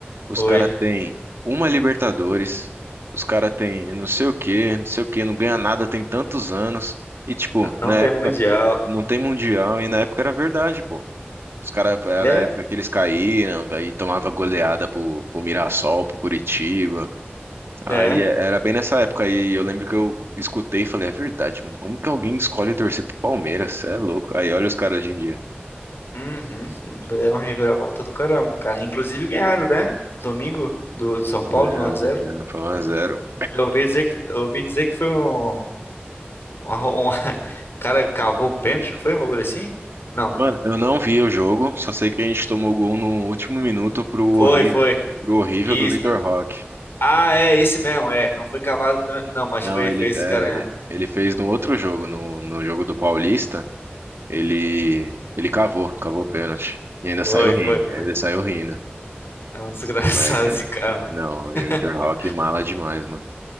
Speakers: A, on the right; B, on the left.
A: Os
B: Foi.
A: caras têm uma Libertadores. Os caras têm não sei o quê, não sei o quê, não ganha nada tem tantos anos. E tipo,
B: Não
A: na
B: tem
A: época
B: mundial.
A: não tem mundial e na época era verdade, pô. Os caras era
B: É,
A: a época que eles caíram, daí tomava goleada pro, pro Mirassol, pro Curitiba. Aí
B: é.
A: é- era bem nessa época aí, eu lembro que eu escutei e falei, é verdade, mano, como que alguém escolhe torcer pro Palmeiras? Cê é louco. Aí olha os caras hoje em dia.
B: Uhum. Deram uma reviravolta do caramba, cara. Inclusive ganharam, né? Domingo do São
A: Ganharam,
B: Paulo de um a zero.
A: né? Foi 1x0.
B: Eu ouvi dizer que, eu ouvi dizer que foi um, uma- um, <laughs> cara cavou o pênalti, não foi um bagulho assim? Não.
A: Mano, eu não vi o jogo, só sei que a gente tomou gol no último minuto pro
B: Foi,
A: horrível,
B: foi.
A: pro horrível
B: Isso.
A: do Vitor Roque.
B: Ah, é, esse mesmo, é. Não foi cavado o pênalti, não, mas
A: Não,
B: foi,
A: ele,
B: foi esse
A: é,
B: cara. mesmo.
A: ele fez no outro jogo, no, no jogo do Paulista, ele, ele cavou, cavou o pênalti. E ainda
B: Foi,
A: saiu rindo,
B: foi, foi.
A: ainda saiu rindo.
B: É um <laughs> desgraçado
A: Esse moleque, é.
B: esse cara. mano.
A: Não,
B: <laughs>
A: e o Vitor Roque mala demais, mano.